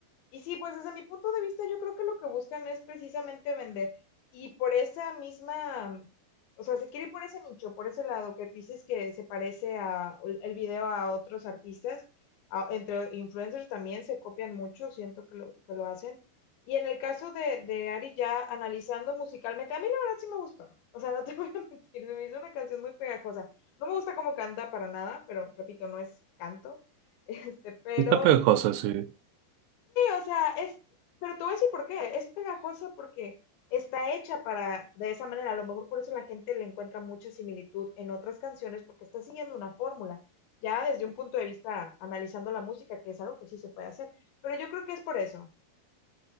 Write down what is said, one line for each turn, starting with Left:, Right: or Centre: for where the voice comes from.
Left: y sí, pues desde mi punto de vista yo creo que lo que buscan es precisamente vender. Y por esa misma, o sea, se quiere ir por ese nicho, por ese lado que dices que se parece a el video a otros artistas, a- entre influencers también se copian mucho, siento que lo, que lo hacen. Y en el caso de, de Ari ya analizando musicalmente, a mí la verdad sí me gustó. O sea, no te <laughs> voy a mentir, se me hizo una canción muy pegajosa. No me gusta cómo canta para nada, pero repito, no es canto. <laughs> Este, pero
Right: Está pegajosa,
Left: sí,
Right: sí.
Left: o sea, es, pero te voy a decir por qué, es pegajosa porque está hecha para, de esa manera, a lo mejor por eso la gente le encuentra mucha similitud en otras canciones porque está siguiendo una fórmula, ya desde un punto de vista analizando la música, que es algo que sí se puede hacer, pero yo creo que es por eso.